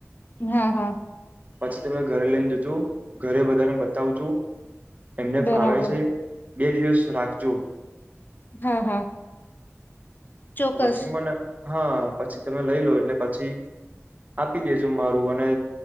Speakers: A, on the left; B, on the right.
A: હા હા
B: પછી તમે ઘરે લઈને જજો ઘરે બધાને બતાવજુ એમને
A: બરાબર
B: ફાવે છે બે દિવસ રાખજો
A: હા હા ચોક્કસ
B: પછી મને હા પછી તમે લઈ લો એટલે પછી આપી દેજો મારું અને